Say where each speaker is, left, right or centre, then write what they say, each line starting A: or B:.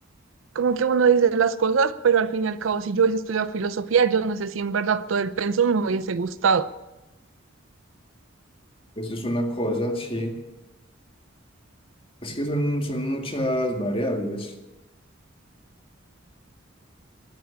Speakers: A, on the right (about 85°); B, on the left (about 30°).
A: como que uno dice las cosas, pero al fin y al cabo, si yo hubiese estudiado filosofía, yo no sé si en verdad todo el pensum me hubiese gustado.
B: Eso es una cosa, sí. Es que son, son muchas variables.